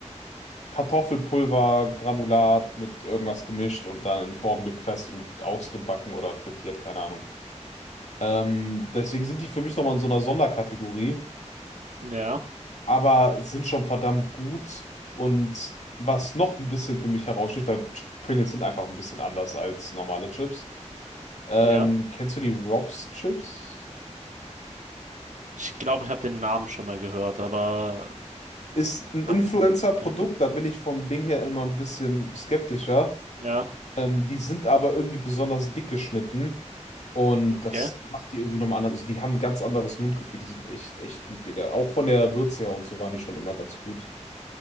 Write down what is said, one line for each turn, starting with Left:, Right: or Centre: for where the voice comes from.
Left: Kartoffelpulvergranulat mit irgendwas gemischt und dann in Form gepresst und ausgebacken oder frittiert, keine Ahnung. Ähm, deswegen sind die für mich nochmal in so einer Sonderkategorie,
Right: Ja,
Left: aber sind schon verdammt gut. Und was noch ein bisschen für mich heraussticht, weil Pringles sind einfach ein bisschen anders als normale Chips. Ähm,
Right: ja.
Left: kennst du die Rob's Chips?
Right: Ich glaube, ich habe den Namen schon mal gehört, aber
Left: Ist ein Influencer-Produkt,
Right: abgesehen, ne.
Left: da bin ich vom Ding her immer ein bisschen skeptischer.
Right: Ja,
Left: Ähm, die sind aber irgendwie besonders dick geschnitten und das
Right: okay.
Left: macht die irgendwie nochmal anders. Also die haben ein ganz anderes Mundgefühl. Die sind echt, echt gut, Digga. Auch von der Würze her und so waren die schon immer ganz gut.